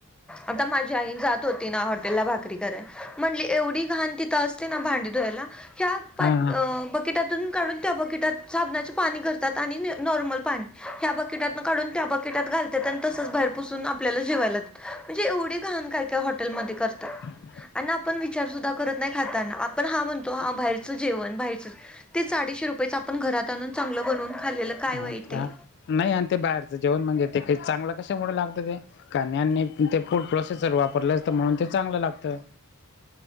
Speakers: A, in the centre; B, on the left.
A: आता माझी आई जात होती ना हॉटेलला भाकरी कराय, म्हंणली एवढी घाण तिथं असती. भांडी धुयला ह...
B: हा
A: बकिटातून काढून त्या बकिटात साबणाचे पाणी करतात आणि नॉर्मल पाणी ह्या बकिटातून काढून. त्या बकेटात घालतात आणि तस च बाहेरपुसून आपल्याला जेवायला म्हणजे एवढी घाण काय काय हॉटेलमध्ये करतात.
B: ह....
A: अन्न आपण विचार सुद्धा करत नाही खाताना आपण हा म्हणतो बाहेरचं जेवण बाहेरचजेवण. तेच अडीशे रुपयेआपण घरात आणून चांगलं बनवून खालेलं काय
B: हा
A: वाईट आहे.
B: नाही आणि ते बाहेरचं जेवण म्हणजे ते चांगलं कशामुळे लागतं ते. कन्यानी ते फूड प्रोसेसर वापरल असतं म्हणून ते चांगलं लागतं.